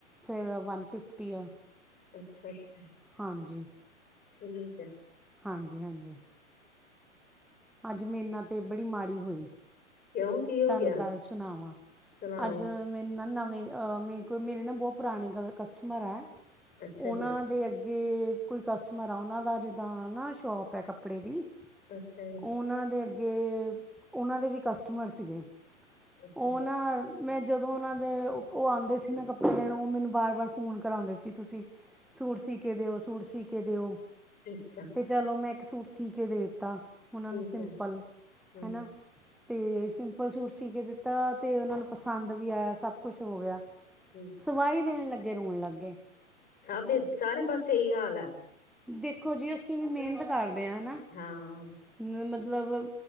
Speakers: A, in the centre; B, on the left.
A: ਫਿਰ ਵਨ ਫਿਫਟੀ ਆ।
B: ਅੱਛਾ -ਅੱਛਾ।
A: ਹਾਂਜੀ।
B: ਠੀਕ ਐ।
A: ਹਾਂਜੀ -ਹਾਂਜੀ। ਅੱਜ ਮੇਰੇ ਨਾਲ ਤੇ ਬੜੀ ਮਾੜੀ ਹੋਈ।
B: ਕਿਉਂ ਕੀ ਹੋ
A: ਤੁਹਾਨੂੰ
B: ਗਿਆ
A: ਗੱਲ ਸੁਣਾਵਾਂ,
B: ਸੁਣਾਓ
A: ਅੱਜ ਮੈਨੂੰ ਨਾ, ਨਵੇਂ ਅ ਮੇ ਕੋ ਮੇਰੇ ਨਾ ਬਹੁਤ ਪੁਰਾਣੇ ਕ ਕਸਟਮਰ ਹੈ।
B: ਅੱਛਾ
A: ਉਹਨਾਂ
B: ਜੀ
A: ਦੇ ਅੱਗੇ ਯੇ ਕੋਈ ਕਸਟਮਰ ਆ। ਉਨ੍ਹਾ ਦਾ ਜਿੱਦਾਂ ਨਾ ਸ਼ੋਪ ਹੈ ਕੱਪੜੇ ਦੀ।
B: ਅੱਛਾ ਜੀ
A: ਉਹਨਾਂ ਦੇ ਅੱਗੇ, ਉਹਨਾਂ ਦੇ ਵੀ ਕਸਟਮਰ ਸੀਗੇ।
B: ਅੱਛਾ
A: ਔਹ ਨਾ, ਮੈਂ ਜਦੋਂ ਉਹਨਾਂ ਦੇ ਔਹ ਆਂਦੇ ਸੀ ਨਾ ਕੱਪੜੇ ਲੈਣ, ਔਹ ਮੈਨੂੰ ਬਾਰ- ਬਾਰ ਹੁਨ ਕਰਾਂਗੇ ਤੁਸੀਂ, ਸੂਟ ਸੀ ਕੇ ਦੇਓ, ਸੂਟ ਸੀ ਕੇ ਦੇਓ।
B: ਅੱਛਾ।
A: ਤੇ ਚਲੋ, ਮੈਂ ਇੱਕ ਸੂਟ ਸੀ ਕੇ ਦੇ ਦੇਤਾ
B: ਠੀਕ
A: ਓਨਾ ਨੂੰ ਸੀਪਲ,
B: ਹੈ ਹਮ
A: ਹੈਨਾ ਤੇ ਸਿੰਪਲ ਸੂਟ ਸੀ ਕੇ ਦੀਤਾ, ਤੇ ਓਨਾਂ ਨੂੰ ਪਸੰਦ ਵੀ ਆਏਆ ਸਭ ਕੁਛ ਹੋ ਗੇਆ।
B: ਠੀਕ ਹੈ
A: ਸਵਾਈ ਦੇਣ ਲੱਗੇ ਰੋਣ ਲੱਗ ਗੇ।
B: ਸਭ ਏ ਸਾਰੇ ਪਾਸੇ ਏਈ ਹਾਲ ਐ।
A: ਦੇਖੋ ਜੀ ਅਸੀਂ ਵੀ ਮੇਨਤ ਕਰਦੇ ਆ ਹਨਾ।
B: ਹਾਂ।
A: ਨੀ ਮਤਲਵ